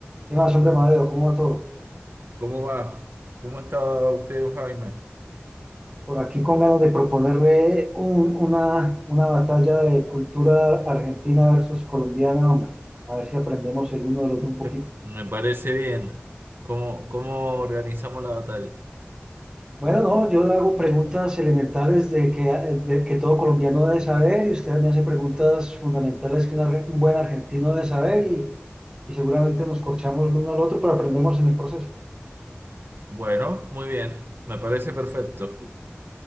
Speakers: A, on the right; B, on the right.
A: ¿Qué más, hombre, Madeo? ¿Cómo va todo?
B: ¿Cómo va? ¿Cómo está usted, don Jaime?
A: Por aquí con ganas de proponerle un- una, una batalla de cultura argentina versus colombiana, hombre. A ver si aprendemos el uno del otro un poquito.
B: Me me parece bien. ¿Cómo, cómo organizamos la batalla?
A: Bueno, no, yo le hago preguntas elementales de que, de que todo colombiano debe saber y usted me hace preguntas fundamentales que un ar- un buen argentino debe saber y, y seguramente nos corchamos el uno al otro, pero aprendemos en el proceso.
B: Bueno, muy bien. Me parece perfecto.